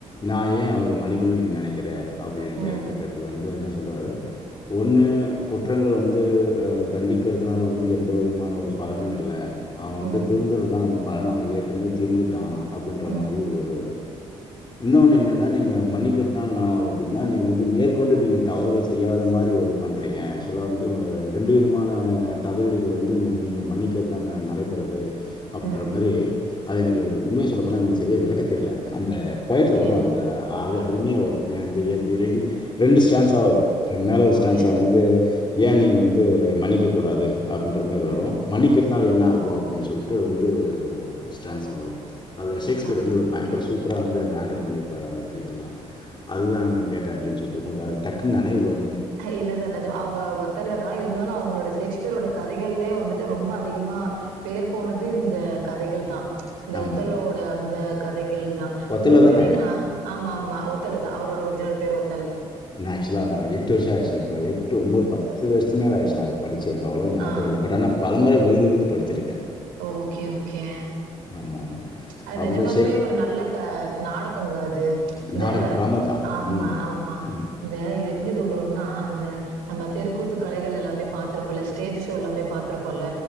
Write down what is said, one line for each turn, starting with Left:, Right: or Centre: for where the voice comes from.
Left: நா ஏ அவர மன்னிக்கனு நீ நெனைக்கிற அப்டின்
Right: ம்,
Left: கேட்டு <unintelligible> வந்து என்ன சொல்றாரு ஒன்னு குற்றங்கள் வந்து அ தண்டிக்கிறத்னால வந்து எந்தவொரு விதமான ஒரு பலனு இல்ல அவ
Right: ம்,
Left: வந்து திருந்தரத்தா <unintelligible> பலன அவ ஏத் இனிமே திருந்திட்டா அப்டின்ற
Right: ம்,
Left: மாரி ஒரு இன்னொன்னு என்னனா நீங்க மன்னிக்கறத்னால <unintelligible> அப்டினா நீங்க வந்து மேற்கொண்டு நீங்க தவறுகள் செய்யாத மாரி ஒரு பண்றீங்க ஆக்ச்சுலா வந்து ம அ ரெண்டு விதமான தகடுகள வந்து நீங்க மன்னிக்கறத்னால நா நடைபெருது அப்பின்ற
Right: ம்.
Left: மாரி எனக்கு உண்மய சொல்ல போனா எனக்கு செரியா விளக்க தெரில அந்த பொயட்ல
Right: ஓகே,
Left: வரு அந்த அது அருமியா வரு அந்த <unintelligible> ரெண்டு ஸ்ட்ரான்சாவா வரு மேல ஒரு ஸ்ட்ரான்ஸா
Right: ஓகே.
Left: வந்து ஏ நீங்க வந்து மன்னிக்க கூடாது அப்பின்ற மார்
Right: ம்.
Left: வரு மன்னிக்கற் துனால என்ன ஆகு அப்பிடின் சொல்ட்டு வந்து ஒரு ஸ்ட்ரான்ஸா வரு அத ஷேக்ஸ்பியர்
Right: ஓகே,
Left: வந்து ஒரு பயங்கர
Right: ஓகே.
Left: சூப்பரா வந்து அத ஆன்டில் பண்ணிருப்பார் அந்த வரிகளல்லா அதுதா நா கேட்டே அப்டின் சொல்ட்டு உங்குளுக் அது டக்குன் நெனைவுக் வரு
Right: இல்ல சார் நெஜமா அவுங்க ஒத்தெல்லோதா இருந்தாலு அவுங்களோட ஷேக்ஸ் பியரோட கதைகள்ளே வந்துட்டு ரொம்ப அதிகமா பேர் போனது இந்த கதைகள் தா ச்ச் இந்த
Left: ஆமாம்
Right: ஒத்தெல்லோவோட அந்த கதை கள்தா
Left: ஒத்தலோ
Right: உங்குளுக்
Left: தானே
Right: தெரியுமா ஆமா ஆமா ஒத்தெல்லோதா அவரோட ஒரிஜினல் பேர் ஒ
Left: நா ஆக்சுலா எட்டு வர்ஷோயாட்ச் <unintelligible> எட்டு உம்போது பத்து வஷ்த்து மேல ஆய்ச்சு அத படிச் சி எனக் அவ்ளோ ஞாபக
Right: ஆ,
Left: இல்ல பட் ஆனா பலமுறை விழுந்து விழுந்து படிச்சிருக்க
Right: ஓக்கே ஓக்கே
Left: ஆமாம் ஆமாம்
Right: அது
Left: அவ்வளோ
Right: நெஜமாலுமே
Left: ஷேக்
Right: ஒரு நல்ல க நாட அங்க அது இந்த
Left: நாடகம் ட்ராமா தான்
Right: ஆம்மா
Left: ம்
Right: ஆம்மா
Left: ம்
Right: இந்த இது எப்டி சொல்லுவோம்னா அந்த நம்ம தெருக்கூத்து கலைகள் எல்லாமே பாத்திருப்பல்ல ஸ்டேஜ் ஷோ எல்லாமே பாத்திருப்பல்ல